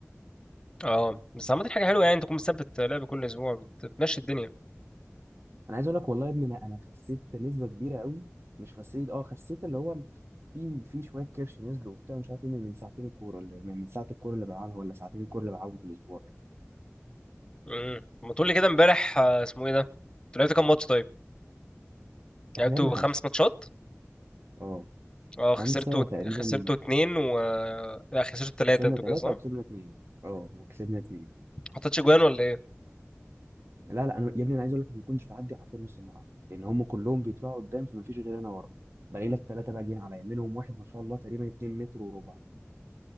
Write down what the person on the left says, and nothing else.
اه بس عملت حاجه حلوه يعني انت تكون مثبت لعب كل اسبوع بت- بتمشي الدنيا
امم ما تقول لي كده امبارح آه، اسمه ايه ده انتوا لعبتوا كام ماتش طيب لعبتوا
خمس ماتشات
اه
خسرتوا
خسرتوا اتنين و لا خسرتوا تلاتة
انتوا
كده صح ما
حطيتش جوان ولا ايه